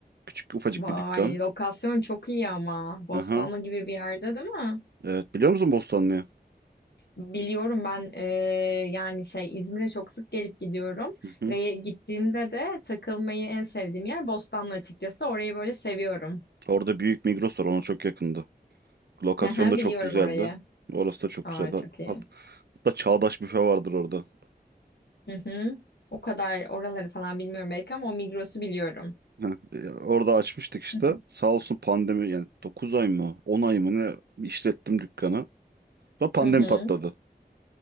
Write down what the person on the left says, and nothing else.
Vay,
lokasyon çok iyi ama. Bostanlı
gibi bir yerde değil mi?
Biliyorum ben eee, yani şey İzmir'e çok sık gelip gidiyorum
ve gittiğimde de takılmayı en sevdiğim yer Bostanlı açıkçası. Orayı böyle seviyorum.
<laughs>
Hı
Biliyorum
orayı.
Aa
çok iyi.
Hı hı. O kadar oraları falan bilmiyorum belki ama o Migros'u biliyorum.
Hı hı.
Hı hı.